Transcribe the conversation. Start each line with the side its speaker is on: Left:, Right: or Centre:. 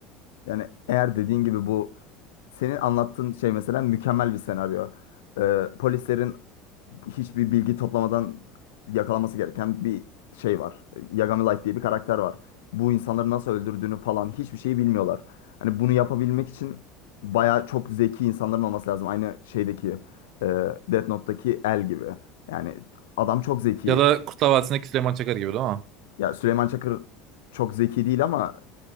Left: Yani eğer dediğin gibi bu senin anlattığın şey mesela mükemmel bir senaryo. E, polislerin hiçbir bilgi toplamadan yakalaması gereken bir şey var. Yagami Light diye bir karakter var. Bu insanları nasıl öldürdüğünü falan hiçbir şeyi bilmiyorlar. Hani bunu yapabilmek için bayağı çok zeki insanların olması lazım. Aynı şeydeki e, Death Note'daki El gibi. Yani adam çok zeki.
Right: Ya da Kurtlar Vadisi'ndeki Süleyman Çakar gibi değil mi?
Left: Ya Süleyman Çakır çok zeki değil ama